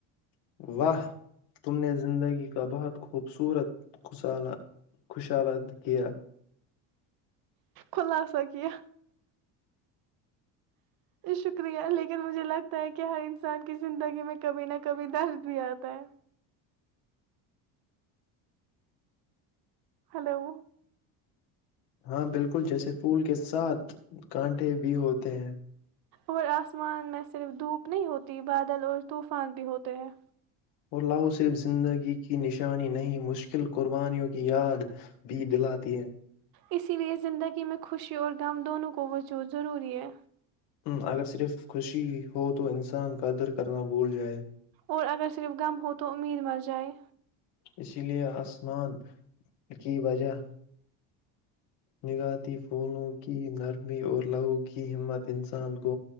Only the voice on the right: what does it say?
خلاصہ کیا شکریہ لیکن مجھے لگتا ہے کہ ہر انسان کی زندگی میں کبھی نہ کبھی درد بھی آتا ہے ہلو <inaudible>
اور آسمان میں صرف دھوپ نہیں ہوتی بادل اور طوفان بھی ہوتے ہیں
اسی لیے زندگی میں خوشی اور غم دونوں کو وجود ضروری ہے
اور اگر صرف غم ہو تو امید مر جائے